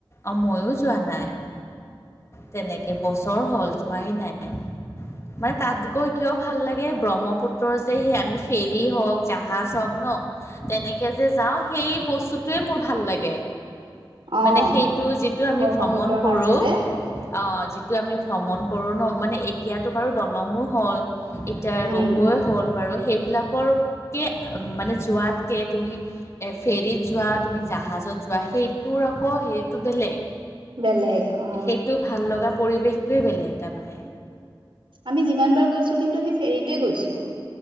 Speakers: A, on the left; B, on the right.
A: অঁ ময়ো যোৱা নাই। তেনেকে বছৰ হ'ল যোৱাই নাই মানে তাত গৈ কিয় ভাল লাগে। ব্ৰহ্মপুত্ৰ যে সেই আমি ফেৰী হওঁক, জাহাজ হওঁক ন তেনেকে যে যাওঁ সেই সেই বস্তুতোৱে মোৰ ভাল লাগে।
B: অ
A: মানে সেইটো যিটো আমি
B: ব্ৰহ্মপুত্ৰৰ
A: ভ্ৰমণ কৰোঁ।
B: মাজেৰে
A: অ' যিটো আমি ভ্ৰমণ কৰোঁ ন মানে এতিয়াতো বাৰু দলং হ'ল এতিয়া
B: উম
A: ৰূপোৱে হ'ল বাৰু সেইবিলাকৰ কে মানে যোৱাতকে তুমি ফেৰিত যোৱা জাহাজ জাহাজত যোৱা সেইটোৰ আকৌ হেৰিতটো বেলেগ
B: বেলেগ অ'
A: সেইটো ভাল লগা পৰিৱেশটোৱেই বেলেগ তাৰমানে
B: আমি যিমান বাৰ গৈছোঁ। কিন্তু সেই ফেৰীতে গৈছোঁ।